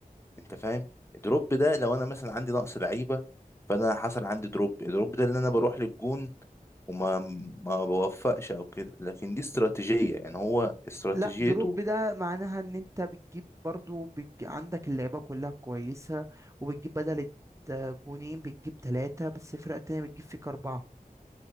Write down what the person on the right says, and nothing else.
لا دروب ده معناها ان انت بتجيب برضو بتج... عندك اللعيبه كلها كويسه وبتجيب بدل الت- جونين بتجيب ثلاثه بس الفرقه التانيه بتجيب فيك اربعه